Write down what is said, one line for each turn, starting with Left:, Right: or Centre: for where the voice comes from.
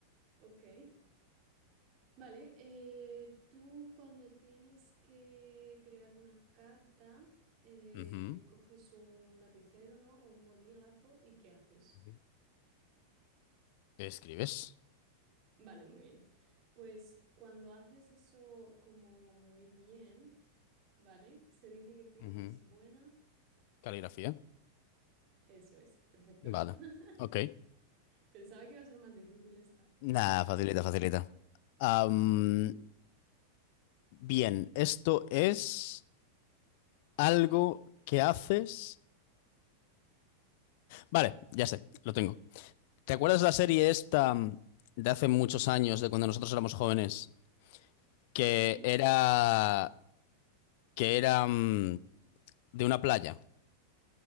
Right: ok. Vale. eh, tú cuando tienes que crear una carta, eh,
Left: Ujú.
Right: coges un lapicero, ¿no? O un bolígrafo y ¿qué haces?
Left: Ujú. Escribes.
Right: Vale, muy bien. Pues cuando haces eso como muy bien, ¿vale? Se dice que tienes
Left: Ujú.
Right: buena.
Left: Caligrafía.
Right: Eso es, perfecto.
Left: Vale.
Right: <laughs>
Left: Ok.
Right: Pensaba que iba a ser más difícil esta, no sé
Left: Nada,
Right: por qué.
Left: facilita, facilita. Am,
Right: Ujú,
Left: bien, esto es algo que haces. Vale, ya sé, lo tengo. ¿Te acuerdas de la serie esta mm, de hace muchos años, de cuando nosotros éramos jóvenes, que
Right: ujú,
Left: era que era mm, de una playa?